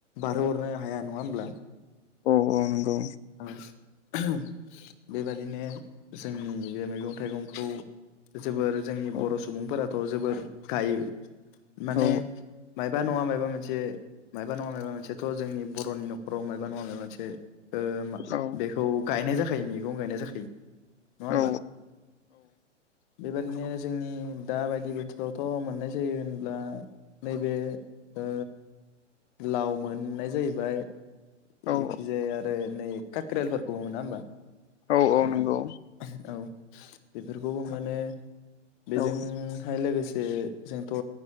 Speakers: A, on the left; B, on the left.
A: बारहोहरनो हाया नङा होमब्ला
B: औ औ नंगौ
A: आं ओहोम बेबादिनो जोंनि बे मैगं-थाइगंखौ जोबोर जोंनि
B: औ
A: बर' सुबुंफोराथ' जोबोर गायो माने
B: औ
A: मायबा नङा मायबा मोनसे मायबा नङा माबा मोनसेथ' जोंनि बर'नि न'खराव मायबा नङा माबा मोनसे ओ मा
B: औ
A: बेखौ गायनाय जाखायो मैगं गायनाय जाखायो नङा होमबा
B: औ
A: बेबायदिनो जोंनि दा बायदि बोथोरावथ' मोननाय जायो होनब्ला नैबे ओ लाव मोननाय जाहैबाय
B: औ
A: जेखिजाया आरो नै काक्रियालफोरखौ मोना होमबा
B: औ औ
A: उम
B: नंगौ
A: औ बेफोरखौबो माने बेजोंहाय
B: औ
A: लोगोसे जोंथ'